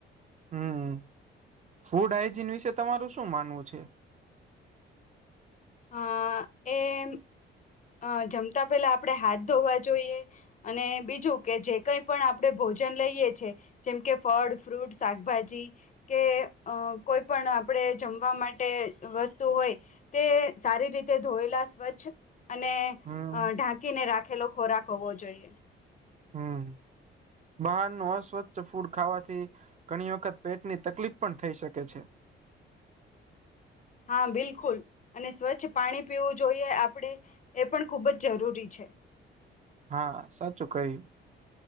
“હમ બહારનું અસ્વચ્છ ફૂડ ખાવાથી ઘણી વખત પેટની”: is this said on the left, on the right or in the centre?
Right